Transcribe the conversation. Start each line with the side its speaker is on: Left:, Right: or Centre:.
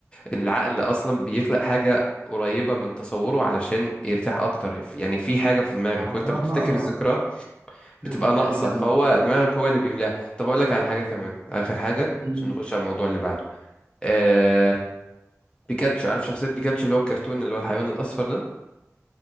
Left: إن العقل اصلا بيخلق حاجه قريبه من تصوره علشان يرتاح اكتر يعني في حاجه في دماغك
Right: اه
Left: وانت بتفتكر الذكرى بتبقى
Right: الحته
Left: ناقصه
Right: دي جامده
Left: فهو دماغك هو اللي بيملاها طب اقول لك على حاجه كمان اخر حاجه
Right: مم.
Left: عشان نخش على الموضوع اللي بعده آه بيكاتشو عارف شخصية بيكاتشو اللي هو الكرتون اللي هو الحيوان الأصفر ده